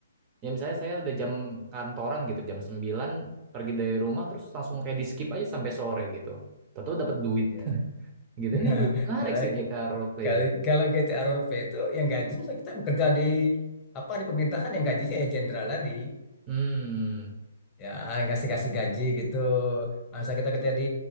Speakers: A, on the right (about 25°); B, on the left (about 20°).
A: ya misalnya saya udah jam kantoran gitu, jam 9 pergi dari rumah terus langsung kayak di skip aja sampai sore gitu. Tentu dapat duit.
B: Iya.
A: <laughs> Gitu
B: <laughs>
A: ini lebih menarik
B: kalau
A: sih GTA roleplay
B: kalau
A: ya.
B: kalau GTA role play itu yang gajinya kita bekerja di apa di pemerintahan yang gajinya ya jenderal tadi
A: Hmm.
B: ya ngasih kasih gaji gitu masa kita kerja di